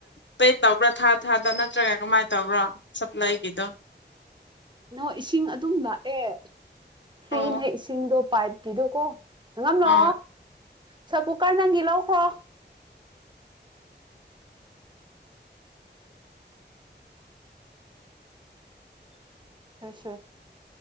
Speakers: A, on the left; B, on the right.
A: ꯄꯦ ꯇꯧꯕ꯭ꯔꯥ ꯊꯥ ꯊꯥꯗ ꯅꯠꯇ꯭ꯔꯒ ꯀꯃꯥꯏꯅ ꯇꯧꯕ꯭ꯔꯣ ꯁꯄ꯭ꯂꯥꯏꯒꯤꯗꯣ
B: ꯅꯣ ꯏꯁꯤꯡ ꯑꯗꯨꯝ ꯂꯥꯛꯑꯦ ꯐꯔꯤꯟꯦꯛꯁꯤꯡꯗꯣ
A: ꯑꯣ
B: ꯄꯥꯏ ꯀꯤꯗꯣ ꯀꯣ ꯍ ꯉꯅꯣ
A: ꯑꯥ
B: ꯁꯣ ꯀꯨꯀꯔ ꯅꯪꯒꯤ ꯂꯧꯈ꯭ꯔꯣ ꯑꯁ